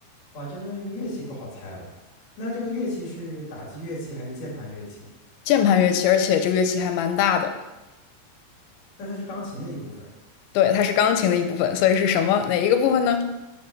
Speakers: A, on the left (about 45°); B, on the left (about 85°).
A: 哇，真的这个乐器不好猜了。那这个乐器是打击乐器还是键盘乐器？
B: 键盘乐器，而且这个乐器还蛮大的。
A: 那它是钢琴的一部分，
B: 对，它是钢琴的一部分，所以是什么？哪一个部分呢？